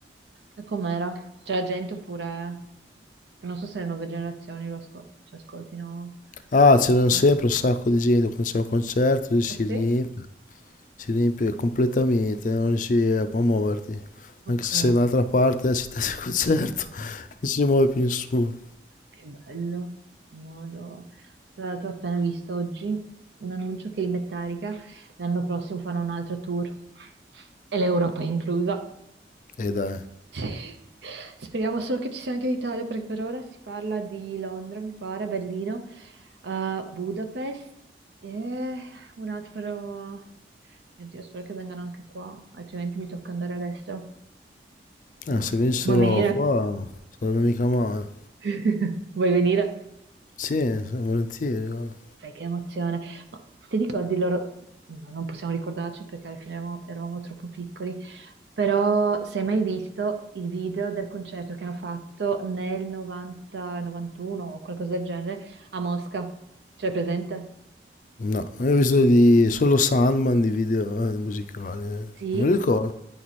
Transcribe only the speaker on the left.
Ah, c'erano sempre
un sacco di gente, quando c'è un concerto lì si
riempie,
si riempie completamente, non riesci a a muoverti.
Anche se sei dall'altra parte, si testa il concerto, <laughs> non si muove più nessuno.
E dai,
Eh,
se venissero
qua sarebbe mica male.
Sì, sì, volentieri. guarda.
No, io ho visto di, solo Sandman di video eh, musicali. eh.
Non me lo ricordo.